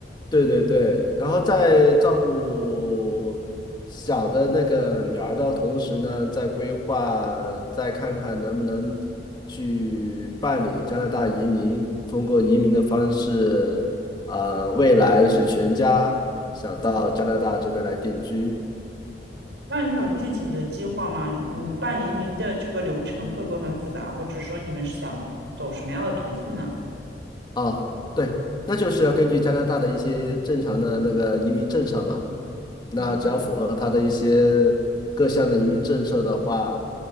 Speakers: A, on the left; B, on the right.
A: 对对对，然后在照顾小的那个女儿的同时呢，在规划，再看看能不能去办理加拿大移民，通过移民的方式，啊、未来是全家想到加拿大这边来定居。
B: 那你有具体的计划吗？你办移民的这个流程会不会很复杂，或者说你们是想走什么样的途径呢？
A: 啊，对，那就是要根据加拿大的一些正常的那个移民政策嘛。那只要符合他的一些各项的移民政策的话，
B: 嗯